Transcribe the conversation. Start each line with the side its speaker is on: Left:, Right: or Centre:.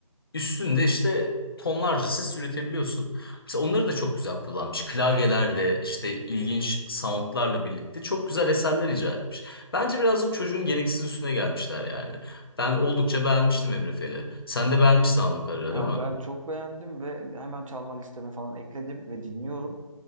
Left: Üstünde işte tonlarca ses üretebiliyorsun. Mesela onları da çok güzel kullanmış. Klavyelerle işte ilginç soundlarla birlikte çok güzel eserler icra etmiş. Bence birazcık çocuğun gereksiz üstüne gelmişler yani. Ben oldukça beğenmiştim Emre Fel'i. Sen de beğenmişsin anladığım kadarıyla
Right: Ya
Left: değil mi?
Right: ben çok beğendim ve hemen çalma listeme falan ekledim ve dinliyorum.